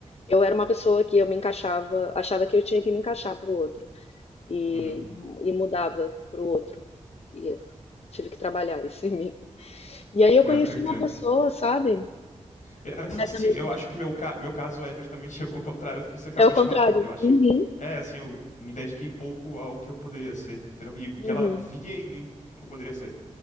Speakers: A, on the left; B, on the left.
A: eu era uma pessoa que eu me encaixava, achava que eu tinha que me encaixar para o outro e,
B: Uhum.
A: e mudava para o outro. E eu tive que trabalhar isso em mim. E aí eu
B: É,
A: conheci
B: eu entendo.
A: uma pessoa, sabe?
B: É, Assim,
A: Também
B: eu acho que meu, ca- meu caso é justamente <laughs> o contrário do que você acabou
A: É o contrário.
B: de falar. Eu acho.
A: Uhum,
B: É, assim, eu me dediquei pouco ao que eu poderia ser, entendeu? E
A: uhum.
B: que ela via em mim que eu poderia ser.